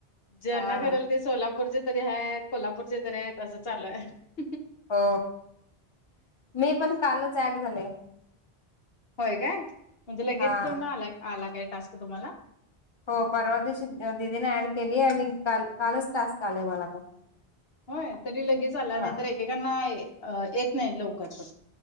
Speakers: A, on the left (about 65°); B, on the left (about 25°).
A: ज्यांना
B: हा
A: कराेल ते सोलापूरचे तरी आहेत कोल्हापूरचे तरी आहेत असं चालू आहे
B: हो मी पण कालच ऍड झाले
A: होय काय म्हणजे लगेच
B: हा
A: आला आला काय टास्क तुम्हाला
B: हो परवा दिशी दिदीने ऍड केली आणि का कालच टास्क आलेय मला पण
A: होय तरी लगेच आला नाही
B: हा
A: तर एकेकांना हा येत नाही लवकर पण